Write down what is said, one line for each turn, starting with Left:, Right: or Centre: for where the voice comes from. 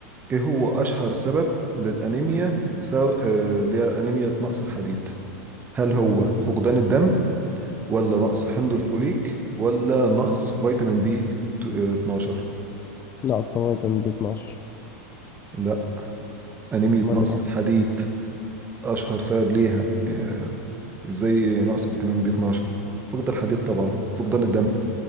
Right: ايه هو اشهر سبب للانيميا بسبب آه، اللي هي انيميا نقص الحديد هل هو فقدان الدم ولا نقص حمض الفوليك ولا نقص فيتامين بي 12
Left: ناقصة فيتامين بي 12
Right: لا انيميا
Left: أمال
Right: نقص
Left: إيه؟
Right: الحديد اشهر سبب ليها آه، زي نقص فيتامين بي 12 فقد الحديد طبعا فقدان الدم